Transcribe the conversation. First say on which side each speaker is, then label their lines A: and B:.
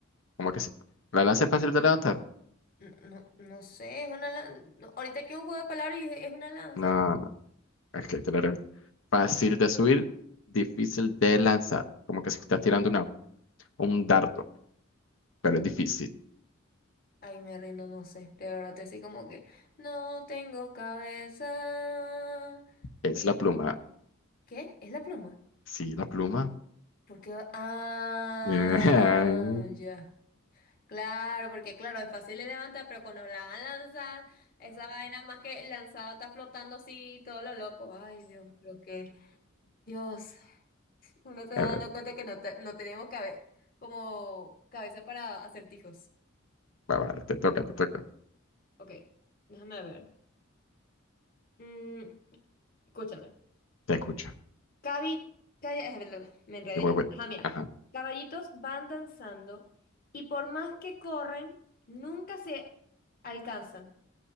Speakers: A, on the left; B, on the left.
A: Como que si... ¿La lanza es fácil de levantar?
B: No, no, no sé, es una lanza. Ahorita que un juego de palabras y dije, es una lanza.
A: No, no, es que te lo repito. Fácil de subir, difícil de lanzar. Como que si estás tirando una, un dardo, pero es difícil.
B: Ay, me rindo, no sé. De verdad, te así como que no tengo cabeza.
A: Es
B: Y-
A: la pluma.
B: ¿Qué? ¿Es la pluma?
A: Sí, la pluma.
B: Porque va- ah,
A: <laughs> Correcto.
B: ya. Claro, porque claro, es fácil de levantar, pero cuando la van a lanzar, esa vaina más que lanzada está flotando así, todo lo loco. Ay, Dios, lo que Dios, uno se va
A: A ver,
B: dando cuenta que no, te- no tenemos cabe como cabeza para acertijos.
A: va, va, te toca, te toca.
B: Ok, déjame ver. Mm, escúchame.
A: Te escucho.
B: Cabi, calla- eh, perdón, me enredé
A: Te voy,
B: yo.
A: voy.
B: Ah, mira.
A: Ajá.
B: Caballitos van danzando y por más que corren, nunca se alcanzan.